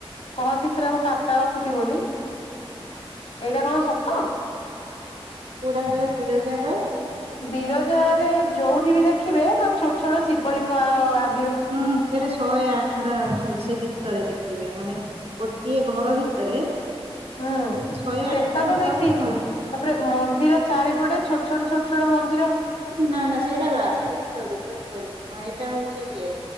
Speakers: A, on the left; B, on the right.
A: କହନ୍ତି ସେଟାକୁ ପାତାଳ ଫୁଟି ବୋଲି।
B: ଆଜ୍ଞା।
A: ଏୟିଟା କଣ ସତ?
B: ପୋଡା ଘରେ ବିରଜାଙ୍କ।
A: ବିରଜାରେ ଯୋଉଠି ବି ଦେଖିବେ ମାନେ ଛୋଟ ଛୋଟ ଶିବଲିଙ୍ଗ ଆ ଅ
B: ହୁଁ ସେଠି ଶହେ ଆଠଟା ଅଛନ୍ତି ସେଇ ଭିତ ଭିତରେ ଦେଖିବେ ମାନେ ଗୋଟିଏ ଘର ଭିତରେ
A: ହଁ
B: କୁହନ୍ତି ଶହେ
A: ସେଟା
B: ଆଠଟା ମୁଁ
A: ତ ଦେଖିଛି
B: ଆଉ ଏତେ ହଁ
A: ତାପରେ ମନ୍ଦିର ଚାରିପଟେ ଛୋଟ ଛୋଟ ଛୋଟଛୋଟ ମନ୍ଦି
B: ନା ନା ସେଇଟା ବାହାରୁ, ଭିତରୁ ଭିତରୁ ହଁ ଏଇଟା ହଉଛି ଇଏ।